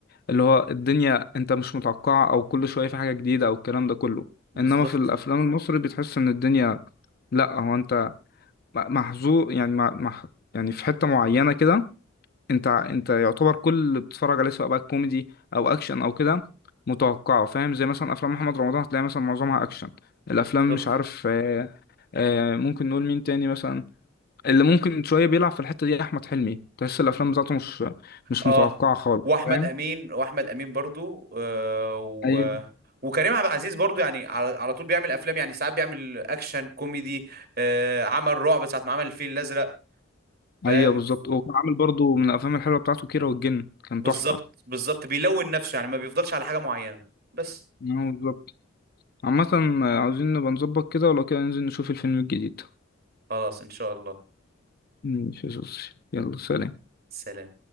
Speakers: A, on the left; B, on the right.
A: اللي هو الدنيا انت مش متوقعه او كل شويه في حاجه جديده او الكلام ده كله
B: بالظبط
A: انما في الافلام المصري بتحس ان الدنيا لا هو انت محظوظ يعني مع... مع... يعني في حته معينه كده انت انت يعتبر كل اللي بتتفرج عليه سواء بقى كوميدي او اكشن او كده متوقعه فاهم زي مثلا افلام محمد رمضان هتلاقي مثلا معظمها اكشن الافلام
B: بالظبط
A: مش عارف آه، آه، ممكن نقول مين تاني مثلا اللي ممكن شويه بيلعب في الحته دي احمد حلمي تحس الافلام بتاعته مش مش
B: اه
A: متوقعه خالص
B: واحمد
A: فاهم
B: امين واحمد امين برضو آه و...
A: ايوه
B: وكريم عبد العزيز برضو يعني على, على طول بيعمل افلام يعني ساعات بيعمل اكشن كوميدي آه عمل رعب ساعه ما عمل الفيل الازرق فاهم
A: ايوه بالظبط وكان عامل برضو من الافلام الحلوه بتاعته كيرة والجن كان
B: بالظبط
A: تحفه
B: بالظبط بيلون نفسه يعني ما بيفضلش على حاجه معينه بس
A: ايوه بالظبط عامه آه، عاوزين نبقى نظبط كده ولو كده ننزل نشوف الفيلم الجديد
B: خلاص ان شاء الله
A: ماشي يا صوصي. يلا سلام
B: سلام